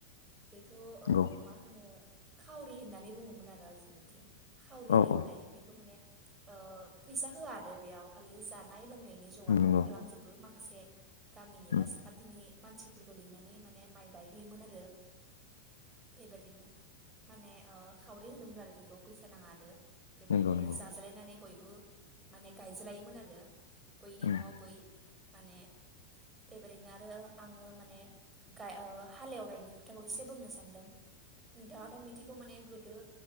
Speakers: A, on the right (about 15°); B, on the left (about 65°).
A: बेखौ ओ
B: नंगौ
A: मा होनो खावरि होननानै बुङोमोन आरो जोंनिथिं। खावरि
B: औ
A: लिंनाय
B: औ
A: बेखौ माने ओ फैसा होआ आरो बेयाव खालि जानाय लोंनाय नि जगारखौ
B: नंगौ
A: खालामजोबो माखासे गामिनि
B: उम
A: बा साखाथिनि मानसिफोरखौ लिंनानै माने माइ गायहैयोमोन आरो बेबायदिनो माने ओ खावरि होनोमोन आरो बेखौ फैसा नाङा आरो बेबायदिनो
B: नंगौ नंगौ
A: जाज्लायनानै बयबो माने गायज्लायोमोन आरो बैनि
B: उम
A: न'आव बै माने बेबायदिनो आरो आङो माने गा ओ हालेवनायनि खोथाखौ एसे बुंनो सान्दों नोंथाङाथ' मिनथिगौ माने गोदो